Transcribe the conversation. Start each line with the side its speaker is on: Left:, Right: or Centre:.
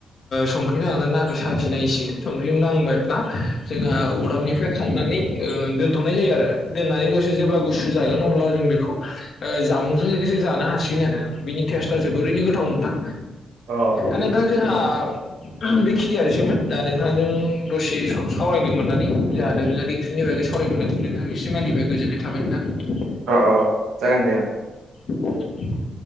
Left: संख्रि नांदों ना नाङाखै खि नायसिगोन। संख्रि नांबायब्ला जोंहा अरदाबनिफ्राय खांनानै ओ दोनथ'नाय जायो आरो‌। दोननानै दसे जेब्ला गुसु जागोन अब्ला जों बेखौ ओ जामुंजों लोगोसे जानो हासिगोन आरो। बिनि टेस्टआ जोबोद ओरैनि गोथाव नोंथां।
Right: अ
Left: दा नोंथां जोंहा बे खिनियासैमोन। दा नोंथांजों दसे सम सावरायनो मोननानै जोंहा दोरोङारि ओंख्रिनि बागै सावराय मोन्नानै नोंथां एसे मानि निफ्राय गोजोननाय थाबाय नोंथां।
Right: अ अ जागोन दे ओ।
Left: <inaudible>